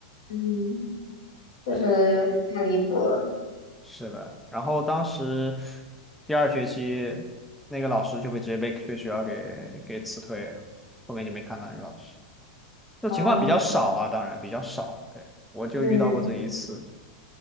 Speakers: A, on the left; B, in the centre.
A: 嗯，确实有点太离谱了，
B: 对。是的，然后当时第二学期那个老师就被直接被被学校给给辞退了，后面就没看到那个老师。这种情况比较少啊，
A: 哦，
B: 当然比较少。对，我就遇到过这一次，
A: 嗯